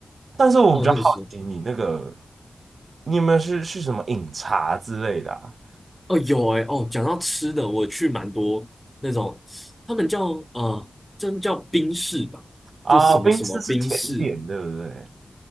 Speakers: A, on the right; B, in the centre.
A: 但是我比较好奇你那个，
B: 哦，那个时候。
A: 你有没有去去什么饮茶之类的啊？
B: 哦，有哎、哦，讲到吃的，我去蛮多那种，他们叫呃，真叫冰室吧，
A: 啊，
B: 就什么什么冰室，
A: 冰丝是甜点，对不对？